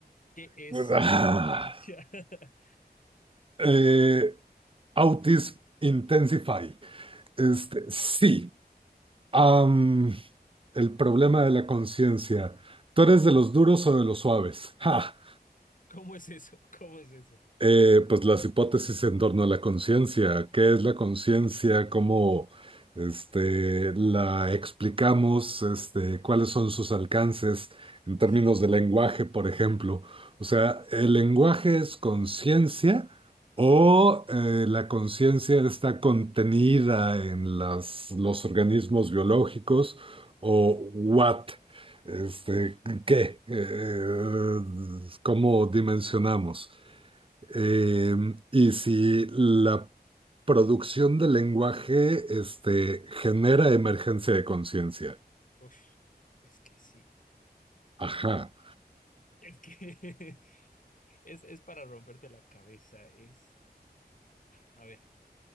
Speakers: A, on the left; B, on the right.
A: ¿qué es
B: Ah,
A: la conciencia? <laughs>
B: eh, Autis Intensify. Este, sí. Am, el problema de la conciencia. ¿Tú eres de los duros o de los suaves? ¡Ja!
A: ¿Cómo es eso? <laughs> ¿Cómo es eso?
B: Eh, pues las hipótesis en torno a la conciencia. ¿Qué es la conciencia? ¿Cómo este, la explicamos? Este, ¿cuáles son sus alcances en
A: Ush,
B: términos de lenguaje, por ejemplo? O sea, ¿el lenguaje es conciencia o eh, la conciencia está contenida en las, los organismos biológicos o what? Este, ¿qué? Eh, ¿cómo dimensionamos? Eh, y si la producción del lenguaje, este, genera emergencia de conciencia.
A: ush, es que sí.
B: Ajá.
A: Es que <laughs> es, es para romperte la cabeza. Es, a ver,